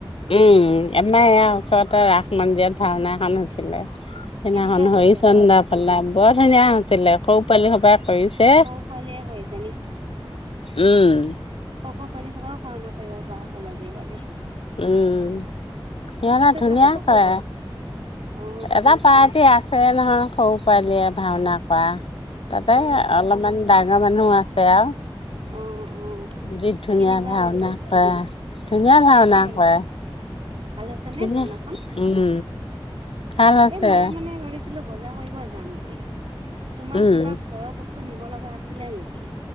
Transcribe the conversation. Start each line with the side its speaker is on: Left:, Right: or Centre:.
Left: উম আমাৰ ইয়াৰ ওচৰতে ৰাস মন্দিৰত ভাওনা এখন হৈছিলে। সেইদিনাখন
Right: কেনেকুৱা হৈছে
Left: হৰিচন্দ্ৰ
Right: ভাওনাখন
Left: পালা, বৰ ধুনীয়া হৈছিলে, সও‌ পোৱালি সোপাই কৰিছে,
Right: সৰু পোৱালীয়ে কৰিছে
Left: উম। <inaudible>
Right: সও সও পোৱালি সোপায়ো ভাওনা কৰিব পৰা হ'ল আজিকালি
Left: উম
Right: শিকিছে
Left: সিহঁতে ধুনীয়া
Right: চাগৈ কৰ'বাত
Left: কৰে।
Right: অ
Left: এবাৰ পাৰ্টি আছে নহয়। সৰু পোঁৱালিয়ে ভাওঁনা কৰা। তাতে
Right: অ
Left: অলপমান ডাঙৰ মানুহ আছে আৰু।
Right: অ অ
Left: যি ধুনীয়া
Right: কেনেকুৱা
Left: ভাওনা
Right: লাগিল
Left: কৰা, ধুনীয়া
Right: কেনেকুৱা
Left: ভাওনা
Right: লাগিল
Left: কৰে।
Right: ভাল হৈছে
Left: ধুনীয়া
Right: নে ভাওনাখন?
Left: উম ভাল
Right: অ',
Left: আছে
Right: এ, মই মানে ভাবিছিলো বজাৰ কৰিব যাম বুলি। তোমাৰ
Left: উম
Right: কিবা ঘৰৰ বচ <unintelligible> নিব লগা আছিলে নেকি?